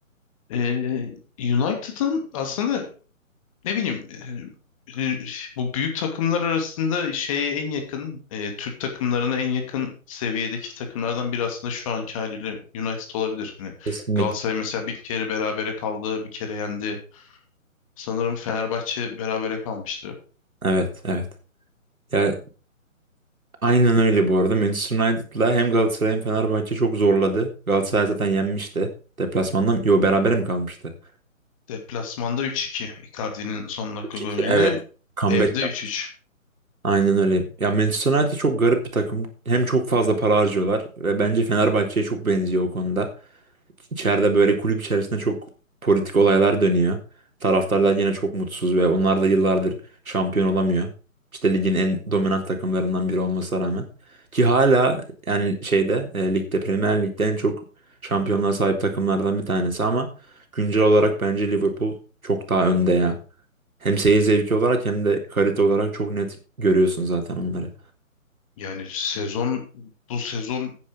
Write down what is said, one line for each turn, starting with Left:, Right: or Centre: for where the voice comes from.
Left: Ee, United'ın aslında ne bileyim e, e, bu büyük takımlar arasında şeye en yakın e, Türk takımlarına en yakın seviyedeki takımlardan biri aslında şu anki haliyle United olabilir. Hani
Right: Kesinlikle.
Left: Galatasaray mesela bir kere berabere kaldı, bir kere yendi. Sanırım Fenerbahçe berabere kalmıştı.
Right: Evet, evet. Ya aynen öyle bu arada. Manchester United'la hem Galatasaray hem Fenerbahçe çok zorladı. Galatasaray zaten yenmişti. Deplasmandan yo berabere mi kalmıştı?
Left: Deplasmanda 3-2 Icardi'nin son dakika
Right: 3-2
Left: golüyle
Right: evet. Comeback
Left: evde
Right: yaptı.
Left: 3-3.
Right: Aynen öyle. Ya Manchester United çok garip bir takım. Hem çok fazla para harcıyorlar ve bence Fenerbahçe'ye çok benziyor o konuda. İçeride böyle kulüp içerisinde çok politik olaylar dönüyor. Taraftarlar yine çok mutsuz ve onlar da yıllardır şampiyon olamıyor. İşte ligin en dominant takımlarından biri olmasına rağmen. Ki hala yani şeyde e, ligde Premier Lig'de en çok şampiyonluğa sahip takımlardan bir tanesi ama güncel olarak bence Liverpool çok daha önde ya. Hem seyir zevki olarak hem de kalite olarak çok net görüyorsun zaten onları.
Left: Yani sezon bu sezon